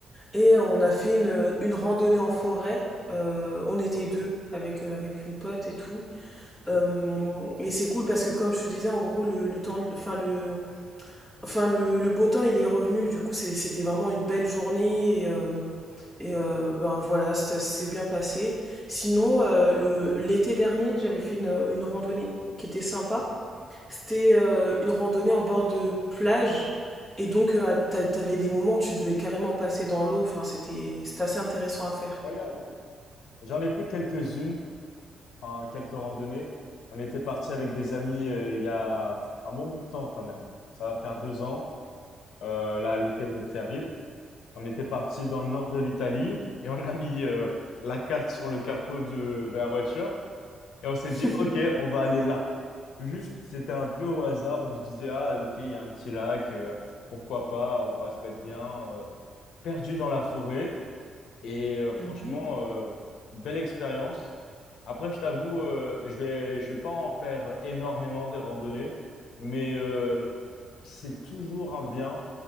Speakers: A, in the centre; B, on the left (about 75°).
A: Et on a fait une, une randonnée en forêt. Euh, on était deux avec, euh, avec une pote et tout.
B: ok.
A: Euh, et c'est cool parce que comme je te disais, en gros, le, le temps, enfin le, enfin le, le beau temps, il est revenu. Du coup, c'est- c'était vraiment une belle journée. Et, euh, et, euh, ben voilà, ça s'est bien passé. Sinon, euh, le, l'été dernier, j'avais fait une, une randonnée qui était sympa. C'était euh, une randonnée en bord de plage. Et donc, euh, t'a- t'avais des moments où tu devais carrément passer dans l'eau. Enfin, c'était, c'était assez intéressant à faire.
B: Incroyable. J'en ai fait quelques-unes, enfin, quelques randonnées. On était parti avec des amis euh, il y a un bon bout de temps quand même. Ça va faire deux ans, euh, là l'été qui arrive. On était parti dans le nord de l'Italie et on a mis euh, la carte sur le capot de, de la voiture et on s'est
A: <laughs>
B: dit, OK, on va aller là. Juste, c'était un peu au hasard. On se disait, ah, OK, il y a un petit lac, euh, pourquoi pas, on va se mettre bien euh, perdu dans la forêt. Et euh, franchement,
A: Mmh
B: euh, belle expérience. Après, je t'avoue, euh, je vais, je vais pas en faire énormément de randonnées, mais euh, c'est toujours un bien,